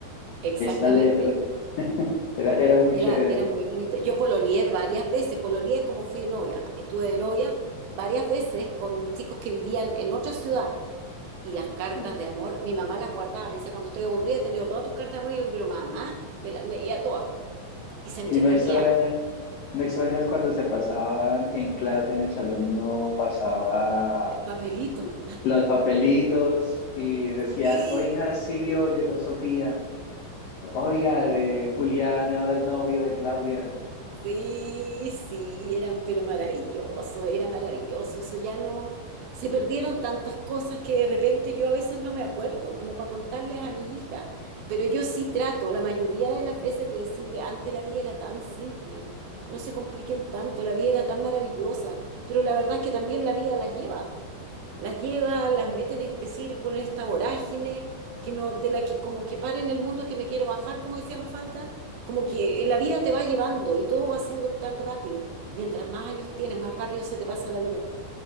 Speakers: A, on the right; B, on the left.
A: Exactamente.
B: esta letra. <laughs> Era, era muy
A: Era,
B: chévere.
A: era muy bonito. Yo pololeé varias veces. Pololeé es como fui de novia. Estuve de novia varias veces con chicos que vivían en otra ciudad. Y las cartas
B: No.
A: de amor, mi mamá las guardaba. Me decía, cuando estoy aburrida, te leo todas tus cartas de amor. Y yo le digo, pero mamá, me las leía todas. Y se entretenía
B: Y no extrañas, no extrañas cuando se pasaban en clase, en el salón, uno pasaba
A: el papelito.
B: los papelitos y decían,
A: Sí,
B: oiga, sí vio, llegó Sofía, oiga, de Julián ahora es novio de Claudia,
A: Sí, sí, eran, pero maravilloso, era maravilloso. Eso ya no, se perdieron tantas cosas que de repente yo a veces no me acuerdo, como para contarles a mis hijas. Pero yo sí trato, la mayoría de las veces, de decirle, antes la vida era tan simple, no se compliquen tanto, la vida era tan maravillosa, pero la verdad es que también la vida las lleva las lleva, las mete en este círculo, en esta vorágine, que no, de la que como que para en el mundo que me quiero bajar, como decía Mafalda, como que eh, la vida te va llevando y todo va siendo tan rápido. Mientras más años tienes, más rápido se te pasa la vida.